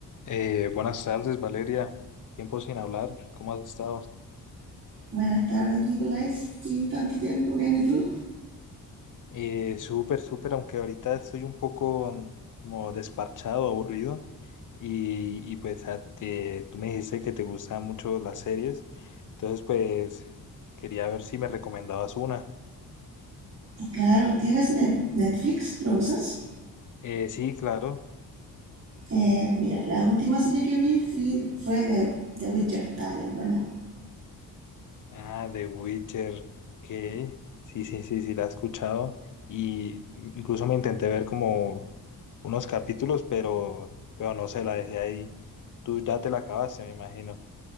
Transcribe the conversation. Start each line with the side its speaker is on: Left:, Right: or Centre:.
Left: Eh, buenas tardes, Valeria. Tiempo sin hablar. ¿Cómo has estado?
Right: Buenas tardes, Nicolás. Sí, tanto tiempo, bien, ¿y tú?
Left: Eh, súper, súper, aunque ahorita estoy un poco mm, como desparchado, aburrido. Y, y pues a- te- tú me dijiste que te gustan mucho las series. Entonces, pues quería ver si me recomendabas una.
Right: Claro, ¿tienes Nef- Netflix? ¿Lo usas?
Left: Eh, sí, claro.
Right: Eh, mira, la última serie que vi fui- fue de The Witcher, está bien buena.
Left: Ah, The Witcher. que Sí, sí, sí, sí, la he escuchado. Y incluso me intenté ver como unos capítulos, pero, pero no sé, la dejé ahí. Tú ya te la acabaste, me imagino.